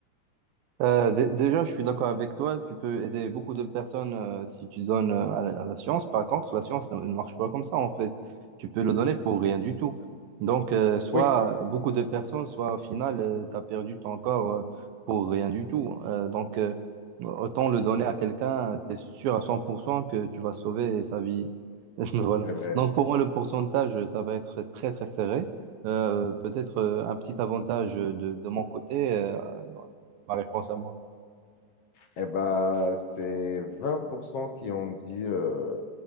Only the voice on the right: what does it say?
Euh, dé- déjà, je suis d'accord avec toi. Tu peux aider beaucoup de personnes euh, si tu donnes euh, à, la à la science. Par contre, la science ne ne marche pas comme ça, en fait. Tu peux le donner pour rien du tout. Donc, euh, soit
euh, beaucoup de personnes, soit au final, tu as perdu ton corps euh, pour rien du tout. Euh, donc, euh, autant le donner à quelqu'un, tu es sûr à 100% que tu vas sauver sa vie. <laughs> Voilà.
Donc, pour moi, le pourcentage, ça va être très, très serré. Euh, peut-être euh, un petit avantage de, de mon côté. euh, ma réponse à moi.